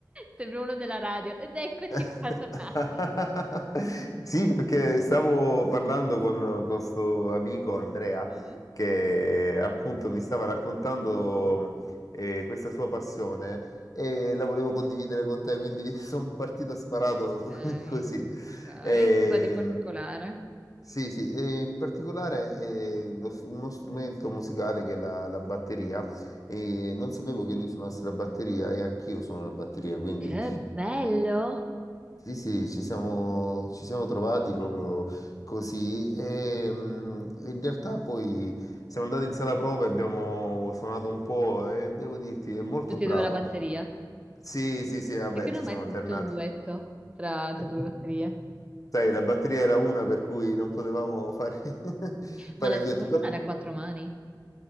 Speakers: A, on the right; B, on the left.
A: Sembra uno della radio. Ed eccoci
B: <laughs>
A: qua tornati.
B: Sì, perché stavo parlando con questo amico Andrea
A: Mm,
B: che appunto mi stava raccontando eh, questa sua passione e la volevo condividere con te, quindi <laughs> sono partito sparato
A: ok,
B: <laughs> così.
A: ok.
B: Ehm,
A: Cosa di particolare?
B: Sì, sì, e in particolare eh, lo s- uno strumento musicale che è la, la batteria, e non sapevo che lui suonasse la batteria e anch'io suono la batteria, quindi
A: Che bello!
B: sì, sì, ci siamo, ci siamo trovati proprio così e mm, in realtà poi siamo andati in sala prova e abbiamo suonato un po' e devo dirti, è molto
A: Tutti
B: bravo.
A: e due la batteria.
B: Sì, sì, sì, vabbè,
A: Perché non
B: ci
A: ho mai
B: siamo
A: sentito
B: alternati.
A: un duetto tra,
B: <laughs>
A: tra due batterie?
B: Sai, la batteria era una per cui non potevamo fare, <laughs> fare
A: Ma la
B: il
A: si
B: duetto,
A: può
B: però...
A: suonare a quattro mani?